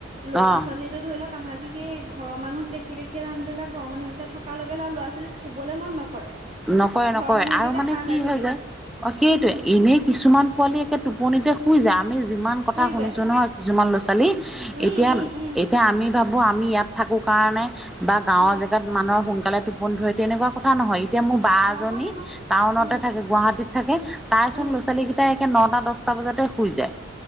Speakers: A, on the right; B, in the centre.
A: ল'ৰা-ছোৱালী
B: অ'।
A: ধৰিলক আহাঁতি সেই ঘৰৰ মানুক দেখি দেখিয়ে তাহাতি ধৰি লোৱা ঘৰ মানুহকেইটা থকালৈকে আৰু ল'ৰা-ছোৱালী শুবলে মন নকৰে
B: নকৰে
A: ঘৰৰ
B: নকৰে
A: মানুহকেইটা
B: আৰু মানে
A: সাৰ
B: কি
A: পাই থাকিলে
B: হয় যায় অ সেইটোৱে
A: উম
B: এনেই কিছুমান পোৱালি একে টোপনিতে শুই যায়। আমি যিমান কথা
A: শুই
B: শুনিছোঁ
A: যায়
B: নহয় কিছুমান ল'ৰা-ছোৱালী
A: উম
B: এতিয়া
A: উম উম
B: এতিয়া আমি ভাবো আমি ইয়াত থাকো কাৰণে বা গাঁৱৰ
A: উম
B: জেগাত মানুহৰ সোনকালে টোপন ধৰে তেনেকুৱা কথা নহয় এতিয়া মোৰ বা এজনী
A: নহয় নহয়
B: টাউনতে
A: উম
B: থাকে গুৱাহাটীত থাকে তাইচোন
A: উম
B: ল'ৰা-ছোৱালী খিনি একে নটা, দশটা বজাতে শুই যায়